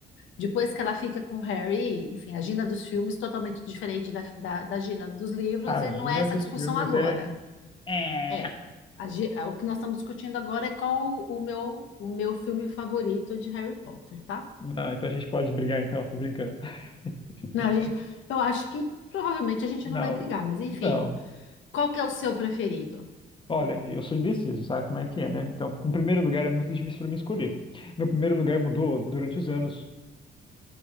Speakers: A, on the left; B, on the left.
A: depois que ela fica com o Harry, enfim, a Gina dos filmes totalmente diferente da, da, da Gina dos livros,
B: a
A: e
B: agenda
A: não é essa
B: dos
A: discussão
B: filmes
A: agora.
B: é... É.
A: É, a Gi- a- o que nós estamos discutindo agora é qual o, o meu, o meu filme favorito de Harry Potter, tá?
B: Não, então a gente pode brigar, então. Tô brincando. <laughs>
A: Não, a gente, eu acho que provavelmente a gente
B: Não.
A: não vai brigar, mas enfim,
B: Não.
A: qual que é o seu preferido?
B: Olha, eu sou indeciso, sabe como é que é, né? Então, em primeiro lugar, é muito difícil para mim escolher. Meu primeiro lugar mudou durante os anos.